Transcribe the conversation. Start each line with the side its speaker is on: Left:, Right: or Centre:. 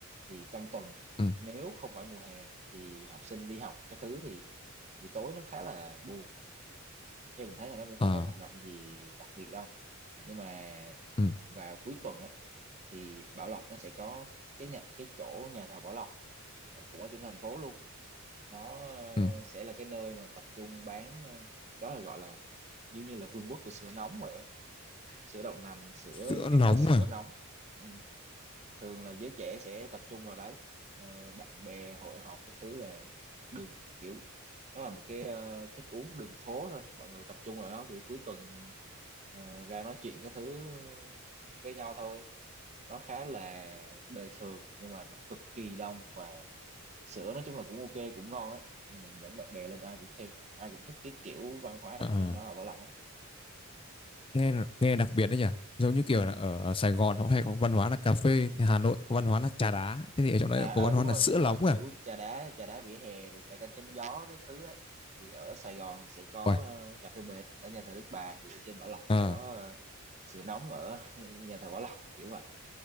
Right: thì trong tuần
Left: Ừ.
Right: nếu không phải mùa hè thì học sinh đi học cái thứ thì buổi tối nó khá là buồn theo mình thấy là nó cũng không
Left: À,
Right: có hoạt động gì đặc biệt đâu nhưng mà
Left: ừ,
Right: vào cuối tuần ấy thì Bảo Lộc nó sẽ có cái nhà cái chỗ nhà thờ Bảo Lộc ở- cũng ở trung tâm thành phố luôn nó ờ,
Left: ừ.
Right: sẽ là cái nơi mà tập trung bán ờ, đó là gọi là giống như là vương quốc của sữa nóng vậy á. sữa đậu nành sữa
Left: Sữa
Right: các
Left: nóng
Right: loại sữa
Left: mà.
Right: nóng ừ thường là giới trẻ sẽ tập trung vào đấy Ờ, bạn bè hội họp cái thứ là đường kiểu nó là một cái ờ, thức uống đường phố thôi mọi người tập trung vào đó kiểu cuối tuần ờ, ra nói chuyện cái thứ với nhau thôi nó khá là đời thường nhưng mà nó cực kỳ đông và sữa nói chung là cũng ok cũng ngon ấy mình dẫn bạn bè lên ai cũng khen ai cũng thích cái kiểu văn hóa đặc
Left: à. Ờ.
Right: trưng đó ở Bảo Lộc ấy
Left: Nghe nghe đặc biệt đấy nhỉ. Giống như kiểu
Right: ừ.
Left: là ở Sài Gòn họ hay có văn hóa là cà phê, thì Hà Nội có văn hóa là trà đá, thế thì ở trong đấy
Right: à, à
Left: có văn
Right: đúng
Left: hóa là
Right: rồi
Left: sữa
Right: đúng rồi
Left: nóng
Right: kiểu
Left: à.
Right: trà đá trà đá vỉa hè rồi trà chanh chém gió cái thứ á thì ở Sài Gòn thì sẽ có
Left: Ôi,
Right: ờ, cà phê bệt ở nhà thờ Đức Bà thì ở trên Bảo Lộc
Left: à,
Right: thì có ờ, sữa nóng ở <laughs> nhà thờ Bảo Lộc kiểu vậy